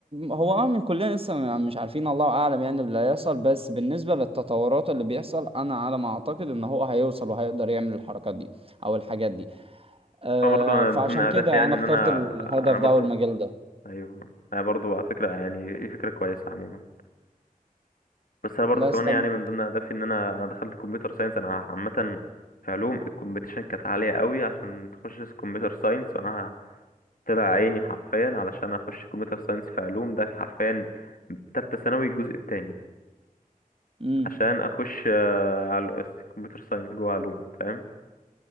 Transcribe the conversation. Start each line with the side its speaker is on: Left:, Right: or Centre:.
Right: هو اه من كلنا لسه م- مش عارفين الله اعلم يعني اللي هيحصل بس بالنسبه للتطورات اللي بيحصل انا على ما اعتقد ان هو هيوصل وهيقدر يعمل الحركات دي او الحاجات دي آه
Left: اه برضه انا
Right: فعشان
Left: من ضمن اهدافي
Right: كده
Left: يعني
Right: انا اخترت
Left: ان انا
Right: الهدف
Left: انا
Right: ده
Left: برضه
Right: او المجال ده
Left: ايوه انا برضه على فكره يعني ايه فكره كويسه عموما بس انا برضه
Right: بس
Left: كمان
Right: طب
Left: يعني من ضمن اهدافي ان انا انا دخلت كمبيوتر ساينس انا عامه في علوم الكومبيتيشن كانت عاليه قوي عشان تخش كمبيوتر ساينس وانا طلع عيني حرفيا علشان اخش كمبيوتر ساينس في علوم ده حرفيا تالتة ثانوي الجزء التاني
Right: امم
Left: عشان اخش آه، على كمبيوتر ساينس جوه علوم فاهم